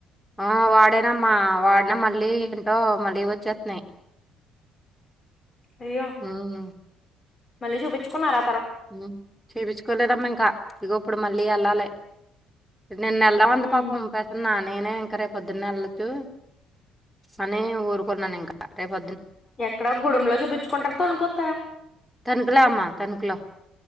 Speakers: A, in the centre; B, on the left (about 40°).
A: ఆ వాడనమ్మా వాడినా మళ్ళీ ఏంటో మళ్ళీ వచ్చేస్తున్నాయి
B: అయ్యో
A: ఉమ్
B: మళ్ళీ చూపించుకున్నరా
A: ఉమ్ చెప్పించుకోలేదమ్మ ఇంకా ఇగ ఇప్పుడు మళ్ళీ వెళ్ళాలి నినేలదం అనింది
B: ఉమ్
A: పాపం ప్రసన్న నేనే ఇంకా రేపు పొద్దున వెళ్లొచ్చు అని ఊరుకున్నాను ఇంకా రేప్
B: ఎక్కడ గుడంలో చూపించుకుంటార తొనుకొస్తారా
A: తనుకలా అమ్మ తనుకులా